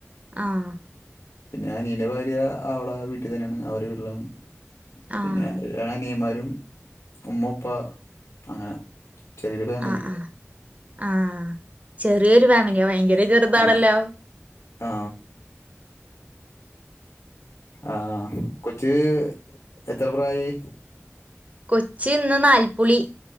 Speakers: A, on the right (about 30°); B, on the left (about 80°).
A: ആഹ്
B: പിന്നെ അനിയന്റെ ഭാര്യ അവളെ വീട്ടി തന്നെണ്. അവരെ വീട്ടിലാണ്
A: ആഹ്
B: പിന്നെ എഹ് <unintelligible> അനിയന്മാരും ഉമ്മ ഉപ്പ അങ്ങനെ ചെറിയൊരു ഫാമിലി.
A: ആഹ് ആഹ് ആഹ് ചെറിയൊരു ഫാമില്യോ ഭയങ്ക നീ ചെർതാണല്ലോ.
B: ആ ആ ആഹ് കൊച്ച് എത്ര പ്രായി?
A: കൊച്ചി ന്ന് നാൽപ്പുളി.